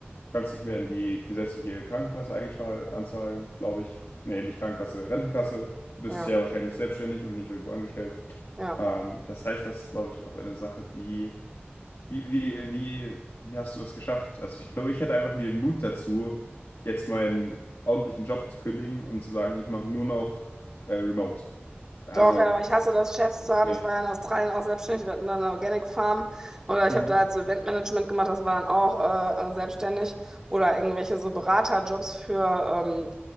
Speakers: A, on the left; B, on the right.
A: kannst nicht mehr in die gesetzliche Krankenkasse einschal- anzahlen, glaube ich. Nee, nicht Krankenkasse, Rentenkasse. Du bist
B: ja.
A: ja wahrscheinlich selbstständig und nicht irgendwo angestellt.
B: ja.
A: Ähm, das heißt, das ist, glaube ich, auch eine Sache, die, wie, wie, wie, wie hast du das geschafft? Also ich glaube, ich hätte einfach nie den Mut dazu, jetzt meinen ordentlichen Job zu kündigen und zu sagen, ich mache nur noch äh, Remote. Also,
B: Doch, ja, aber ich hasse das,
A: das
B: Chefs
A: ist,
B: zu haben.
A: nee.
B: Ich war ja in Australien auch selbstständig. Wir hatten da eine Organic Farm oder ich
A: Mhm.
B: habe da halt so Eventmanagement gemacht. Das war dann auch äh, äh, selbstständig oder irgendwelche so Beraterjobs für ähm,